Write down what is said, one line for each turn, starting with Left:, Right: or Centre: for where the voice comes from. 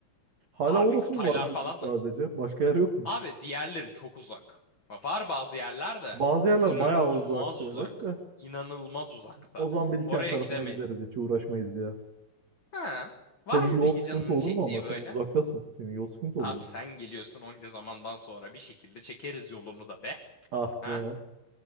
Right: Hala
Left: Abi
Right: orası
Left: Kıtaylar
Right: mı var böyle
Left: falan
Right: sadece?
Left: da.
Right: Başka yer yok mu?
Left: Abi diğerleri çok uzak. Var bazı yerler de
Right: Bazı yerler
Left: inanılmaz
Right: bayağı uzakta
Left: uzak.
Right: evet de.
Left: İnanılmaz uzakta.
Right: O zaman Bilkent
Left: Oraya
Right: tarafına
Left: gidemeyiz.
Right: gideriz. Hiç uğraşmayız ya.
Left: Ha, var
Right: Senin
Left: mı
Right: yol
Left: peki
Right: sıkıntı
Left: canının
Right: olur
Left: çektiği
Right: mu ama sen
Left: böyle?
Right: uzaktasın. Senin yol sıkıntı olur
Left: Abi
Right: mu?
Left: sen geliyorsun onca zamandan sonra bir şekilde çekeriz yolunu da be.
Right: Ah
Left: Ha?
Right: be.